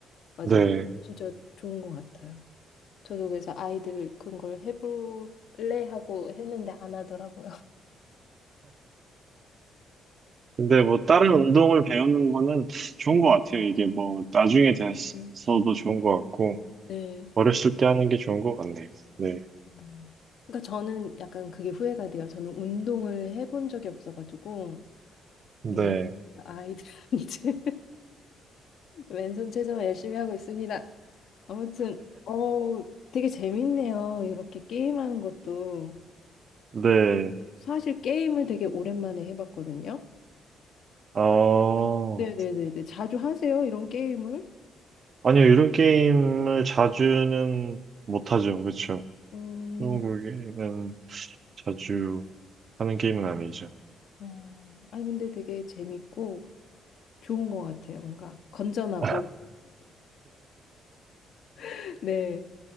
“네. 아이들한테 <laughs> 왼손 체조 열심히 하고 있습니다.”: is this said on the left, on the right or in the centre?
Left